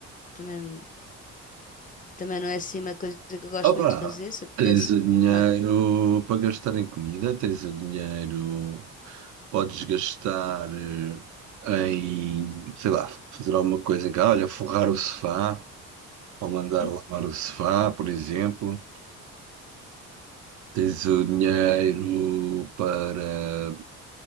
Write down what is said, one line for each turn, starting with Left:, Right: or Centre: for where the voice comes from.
Left: Também, também não é assim uma coisa que eu gosto
Right: Opa!
Left: muito de fazer, se eu pudesse
Right: Tens o dinheiro
Left: tomar.
Right: para gastar em comida, tens o dinheiro, podes gastar eh, em, sei lá, fazer alguma coisa em casa, olha, forrar o sofá. ao mandar
Left: Hum.
Right: lavar o sofá, por exemplo. Tens o dinheiro
Left: é.
Right: para